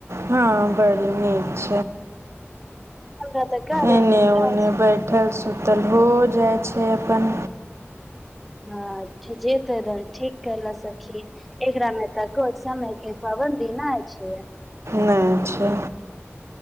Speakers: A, on the right (about 75°); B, in the centre.
A: हँ बड़ नीक
B: हमरा तऽ कार्या
A: एने
B: के
A: ओने
B: काज
A: बैठल सु त लौ जाइ छै अपन
B: हां जे कैतेन ठीक कैलेन सखी एकरा मे तऽ समय के दीना अछि
A: नैय छै